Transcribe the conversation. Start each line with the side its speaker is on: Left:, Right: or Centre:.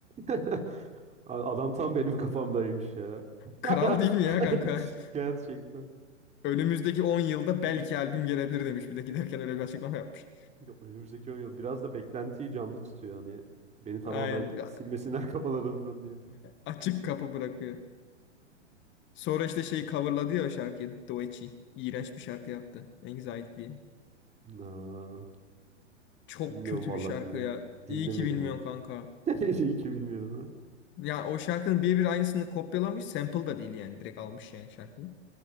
Right: <laughs> A- Adam tam benim kafamdaymış ya.
Left: Kral
Right: <laughs>
Left: değil mi ya kanka?
Right: Gerçekten.
Left: <laughs> Önümüzdeki 10 yılda
Right: Hmm.
Left: belki albüm gelebilir demiş. Bir de giderken öyle bir açıklama yapmış.
Right: Ya önümüzdeki 10 yıl biraz da beklentiyi canlı tutuyor hani. Beni tamamen
Left: Aynen. <laughs>
Right: silmesinler <laughs> kafalarından diye.
Left: Açık kapı bırakıyor. Sonra işte şeyi coverladı ya o şarkıyı. Doechi. İğrenç bir şarkı yaptı. Anxiety diye.
Right: Aa,
Left: Çok
Right: bilmiyorum
Left: kötü
Right: vallahi
Left: bir şarkı
Right: dinle.
Left: ya. İyi
Right: Dinlemedim
Left: ki bilmiyorsun
Right: onu.
Left: kanka.
Right: <laughs> İyi ki bilmiyorum
Left: Ya o şarkının birebir aynısını kopyalamış. Sample da değil yani. Direkt almış yani şarkıyı.